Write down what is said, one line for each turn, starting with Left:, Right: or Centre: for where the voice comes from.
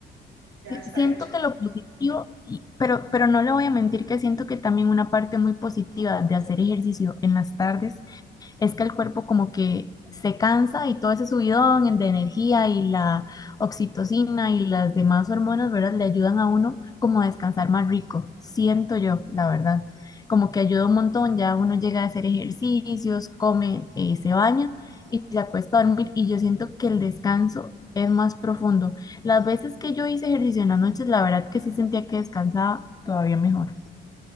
Right: ya
Left: Sí,
Right: está
Left: siento
Right: hecho.
Left: que lo positivo, y- pero, pero no le voy a mentir que siento que también una parte muy positiva de hacer ejercicio en las tardes es que el cuerpo como que se cansa y todo ese subidón en- de energía y la oxitocina y las demás hormonas, ¿verdad? Le ayudan a uno como a descansar más rico, siento yo, la verdad. Como que ayuda un montón, ya uno llega a hacer ejercicios, come, eh, se baña y se acuesta a dormir y yo siento que el descanso es más profundo. Las veces que yo hice ejercicio en las noches, la verdad que sí sentía que descansaba todavía mejor.